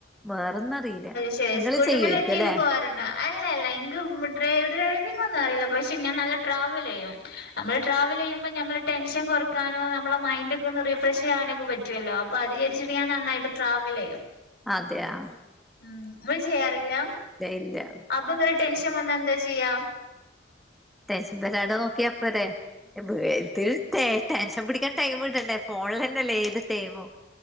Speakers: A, in the centre; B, on the left.
A: വേറൊന്നും അറിയില്ല
B: ശരി
A: നിങ്ങള്
B: സ്കൂട്ടി
A: ചെയ്യുവായിരിക്കും
B: മേല എടക്കും
A: അല്ലെ
B: പോവാറുണ്ടോ അല്ല അല്ല എങ്ക ഡ്രൈവർ <unintelligible> അല്ല പക്ഷെ ഞാൻ നല്ല ട്രാവൽ ചെയ്യും നമ്മള് ട്രാവൽ ചെയ്യുമ്പോ ഞമ്മൾ ടെൻഷൻ കൊറക്കാനോ ന <unintelligible> മൈന്റെക്കെ ഒന്ന് റീഫ്രഷ് ചെയ്യാനൊക്കെ പറ്റുവല്ലോ അപ്പൊ അത് വിചാരിച്ചിട്ട് ഞാൻ നന്നായിട്ട് ട്രാവൽ ചെയ്യും
A: അതെ ആ
B: ഉം ഇങ്ങൾ ചെയ്യാറില്ല
A: ഇല്ല
B: അപ്പൊന്നൊരു ടെൻഷൻ വന്ന എന്താ ചെയ്യാ
A: ടെൻഷൻ തരാണ്ട് നോക്കിയാ പോരെ <unintelligible> ടെൻഷൻ പിടിക്കാൻ ടൈം കിട്ടണ്ടേ ഫോണിലഞ്ഞല്ലേ ഏത് ടൈമും